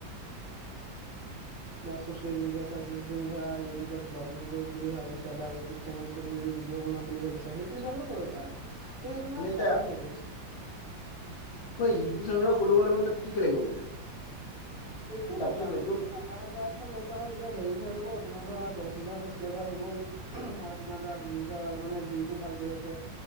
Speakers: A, on the left; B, on the right.
A: অ
B: বা চ'চিয়েল মিডিয়া চাইদি তুমি ধৰা ইউটিউবত ব্লগিং কৰি বুলি ভাবিছা বা ইউটিউব চেনেল খুলি ভিডি' বনাম বুলি ভাবিছা সেইটো হিচাপতো কৰিব পাৰা কিন্ত
A: হয়
B: সেইটো মানে
A: এতিয়া
B: টাইম লাগে
A: মই ইউটিউব চেনেল খুলিব গলে মানে তাত কি কি লাগিব মানে?
B: একো
A: তাততো
B: দৰকাৰ নাই
A: একো
B: আধাৰ
A: হয়
B: কাৰ্ড খন দৰকাৰ হয় যেতিয়া ভেৰিফাই হ'ব। তোমাৰ ধৰা দহ হাজাৰ ছাবস্ক্ৰাইবাৰ হৈ গ'ল আৰু তোমাৰ ধৰা ভীউজাৰ মানে ভীউজো ভাল গৈ আছে